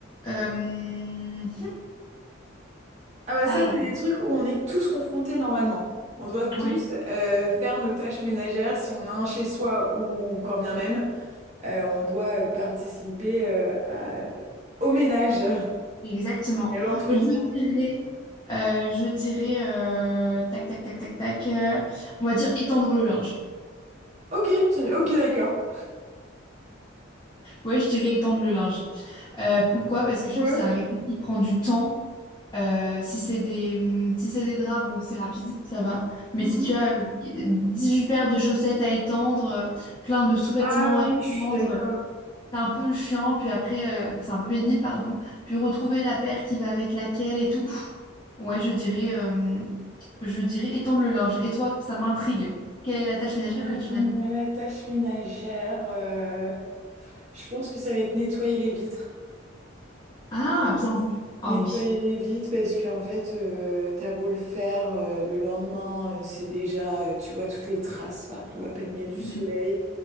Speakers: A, on the left; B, on the right.
A: euh, hmm,
B: Ah bah
A: alors,
B: ça, c'est des trucs où on est tous confrontés normalement. On doit tous
A: oui,
B: euh, faire nos tâches ménagères si on a un chez soi ou quand bien même. euh, on doit euh, participer euh, à- au ménage <laughs>
A: exactement.
B: et à l'entretien.
A: Je dirais... euh, je dirais... euh, tac, tac, tac, tac, tac. euh, on va dire étendre le linge.
B: Ok, tu- ok, d'accord.
A: Ouais, je dirais étendre le linge. Euh, pourquoi? Parce que je
B: Ouais.
A: trouve que c'est un- quelque chose qui prend du temps. Euh, si c'est des, hum, si c'est des draps, bon, c'est rapide, ça va. Mais
B: Mhm.
A: si tu as euh, huit paires de chaussettes à étendre, euh, plein de sous-vêtements
B: Ah
A: à
B: oui,
A: étendre,
B: je suis d'accord.
A: c'est un peu chiant. Puis après, euh, c'est un peu pénible, pardon. Puis retrouver la paire qui va avec laquelle et tout. Ouf. Ouais, je dirais, euh, je dirais étendre le linge. Et toi, ça m'intrigue. Quelle est la tâche ménagère
B: Euh,
A: que tu n'aimes pas?
B: la tâche ménagère, euh, je pense que ça va être nettoyer les vitres.
A: Ah, bien vu. Ah
B: Nettoyer
A: oui.
B: les vitres parce qu'en fait, euh, t'as beau le faire, euh, le lendemain, euh, c'est déjà, euh, tu vois toutes les traces partout, à peine il y a du
A: Mhm,
B: soleil.